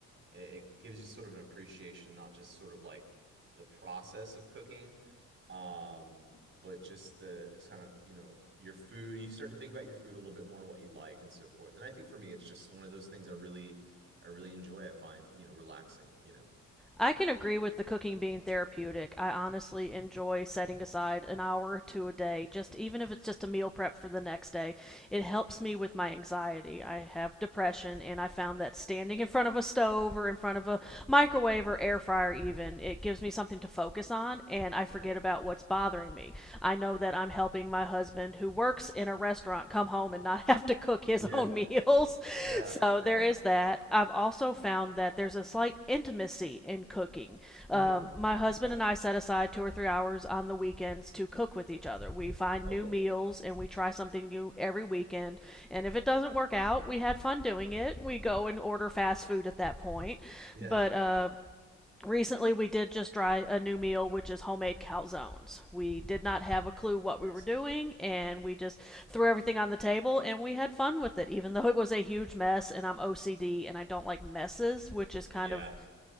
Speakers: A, on the right; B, in the centre.
A: it, it gives you sort of an appreciation not just sort of like the process of cooking um but just the kind of you know your food you start to think about your food a little bit more and what you like and so forth and i think for me it's just one of those things i really I really enjoy. I find, you know, relaxing, you know.
B: I can agree with the cooking being therapeutic. I honestly enjoy setting aside an hour or two a day, just even if it's just a meal prep for the next day. It helps me with my anxiety. I have depression, and I found that standing in front of a stove or in front of a microwave or air fryer, even, it gives me something to focus on, and I
A: Yeah.
B: forget about what's bothering me. I know that I'm helping my husband, who works in a a restaurant come home and not <laughs> have to cook his
A: Yeah.
B: own meals. <laughs>
A: Yeah.
B: So
A: Yeah.
B: there is that. I've also found that there's a slight intimacy in cooking. Um,
A: hmm
B: my husband and I set aside two or three hours on the weekends to cook with each other. We find
A: Okay.
B: new meals and we try something new every weekend. And if it doesn't work out, we had fun doing it. We go and order fast food at that point.
A: Yeah.
B: But uh, recently we did just try a new meal which is homemade calzones we did not have a clue what
A: Nice.
B: we were doing and we just threw everything on the table and we had fun with it even though it was a huge mess and i'm ocd and i don't like messes which is kind
A: Yeah,
B: of